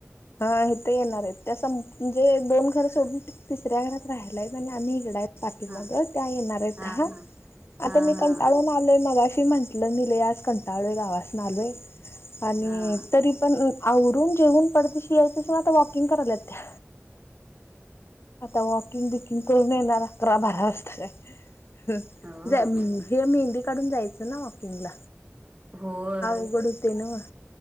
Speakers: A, on the left; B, on the right.
A: हा इथ येणार आहे त्यास- म्हणजे दोन घर सोडून तिसऱ्या घरात राहिलाय आणि आम्ही इकडाय.. पाठीमाग
B: हा
A: त्या येणार आहे
B: हा हा हा
A: -आता मी
B: हा
A: कंटाळून आलोय मग म्हंटलं मी लय आज कंटाळू गावासन आलोय आणि
B: हा
A: तरी पण आवरून जेवून पटदिशी यायच अस आता वॉकिंग करायल्यात त्या. आता वॉकिंग बिकिंग करून येणार अकरा -बारा वाजता काय. हं
B: हो
A: हे मेहंदी काढून जायचं ना वॉकिंगला.
B: होय
A: अवघड हूतय नव्ह.